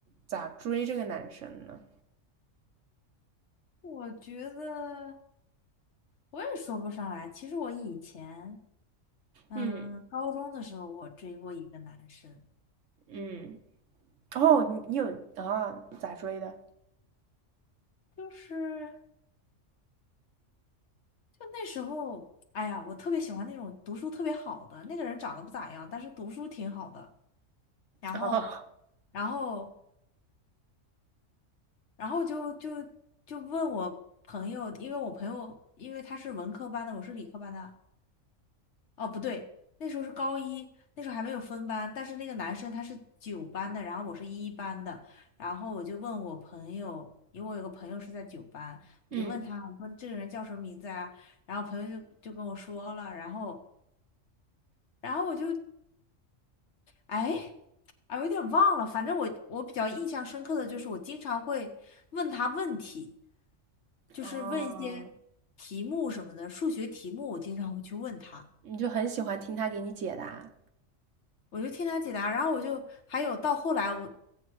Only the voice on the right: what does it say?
咋追这个男生呢？
嗯
嗯。哦，你你有啊？咋追的？
哦
嗯，
哦，
你就很喜欢听他给你解答。